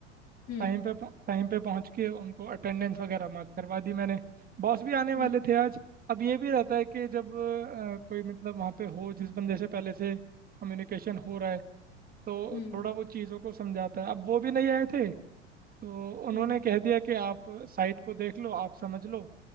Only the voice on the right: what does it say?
टाइम पे टाइम पे पहुंच के उनको अटेंडेंस वगैरह मार्क करवा दी मैंने बॉस भी आने वाले
थे आज अब ये भी रहता है कि जब अ, कोई मतलब वहाँ पे हो जिस बंदे से पहले से कम्युनिकेशन हो रहा है तो
थोड़ा वो चीज़ों को समझाता है अब वो भी नहीं आए थे तो उन्होंने
कह दिया कि आप साइट को देख लो आप समझ लो